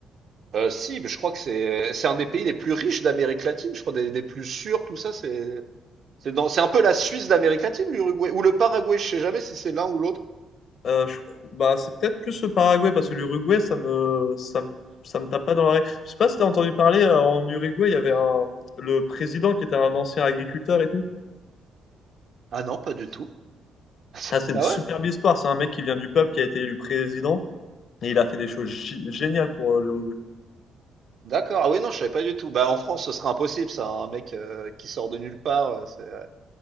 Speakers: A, on the right; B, on the left.
A: heu, si, mais je crois que c'est c'est un des pays les plus riches d'Amérique latine, je crois des des plus sûrs, tout ça, c'est c'est dans c'est un peu la Suisse d'Amérique latine, l'Uruguay ou le Paraguay, je sais jamais si c'est l'un ou l'autre.
B: Euh, je cro- bah, c'est peut-être plus le Paraguay parce que l'Uruguay, ça me, ça me, ça me tape pas dans l'oreille. Je sais pas si t'as entendu parler, euh, en Uruguay, il y avait un, le président qui était un ancien agriculteur et tout.
A: Ah non, pas du tout. <laughs>
B: Ah, c'est une
A: Ah
B: superbe
A: ouais?
B: histoire. C'est un mec qui vient du peuple, qui a été élu président et il a fait des choses gé- géniales pour euh, l'Uruguay.
A: D'accord. Ah oui, non, je savais pas du tout. Bah, en France, ce serait impossible, ça. hein, Un mec euh, qui sort de nulle part, euh, c'est... ouais.